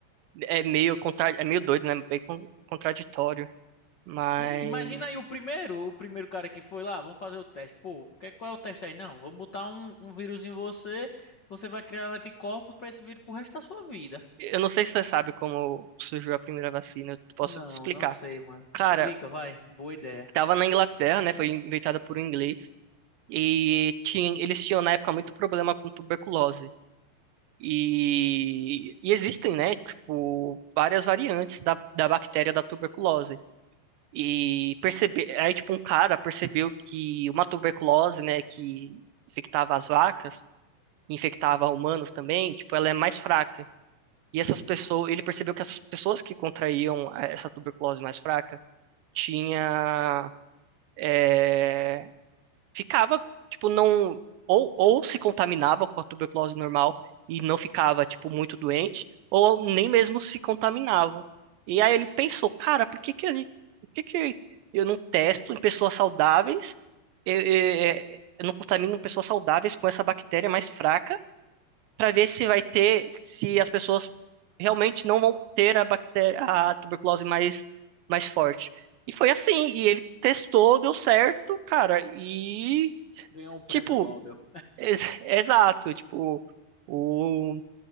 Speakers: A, on the right; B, on the left.
A: é meio contra, é meio doido, né? Bem con- contraditório, mas
B: Ei, imagina aí o primeiro, o primeiro cara que foi lá, vamos fazer o teste. Pô, que- qual é o teste aí? Não, vamos botar um, um vírus em você, você vai criar anticorpos pra esse vírus pro resto da sua vida.
A: eu não sei se você sabe como surgiu a primeira vacina, eu posso
B: Não,
A: te explicar.
B: não sei, mano.
A: Cara,
B: Explica, vai. Boa ideia.
A: Tava na Inglaterra, né? Foi inventada por um inglês. E tinha, eles tinham na época muito problema com tuberculose. E, e existem, né? Tipo, várias variantes da, da bactéria da tuberculose. E percebe, aí, tipo, um cara percebeu que uma tuberculose, né, que infectava as vacas, infectava humanos também, tipo, ela é mais fraca. E essas pessoas, ele percebeu que as pessoas que contraíam eh, essa tuberculose mais fraca tinha eh, ficava, tipo, não. Ou, ou se contaminava com a tuberculose normal e não ficava, tipo, muito doente, ou nem mesmo se contaminava. E aí ele pensou, cara, por que que, a gente, por que que eu não testo em pessoas saudáveis? Eu, eu, eu não contamino pessoas saudáveis com essa bactéria mais fraca para ver se vai ter, se as pessoas realmente não vão ter a bactéria, a tuberculose mais, mais forte. E foi assim, e ele testou, deu certo, cara, e
B: Ganhou um prêmio
A: tipo,
B: Nobel.
A: ex- <laughs> exato, tipo, o,